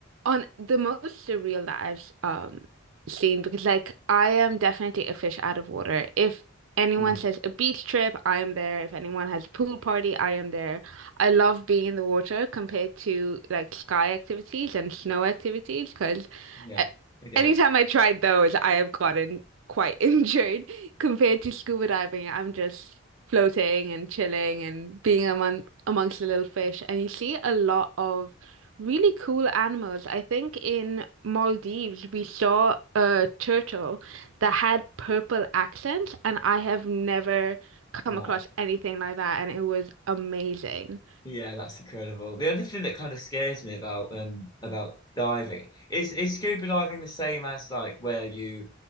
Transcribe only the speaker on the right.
on the most surreal that I've um seen because like I am definitely a fish out of water. If anyone
says a beach trip, I am there. If anyone has a pool party, I am there. I love being in the water compared to like sky activities and snow activities because
anytime
I tried those, I have gotten quite <laughs> injured compared to scuba diving. I'm just floating and chilling and being among amongst the little fish, and you see a lot of really cool animals. I think in Maldives we saw a turtle that had purple accents, and I have never
come across anything like that, and it was amazing.